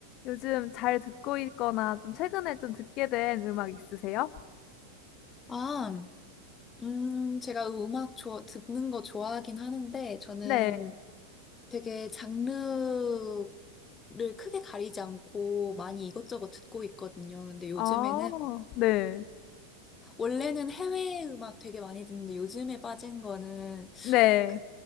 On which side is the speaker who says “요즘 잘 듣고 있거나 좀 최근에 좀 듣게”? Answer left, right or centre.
Left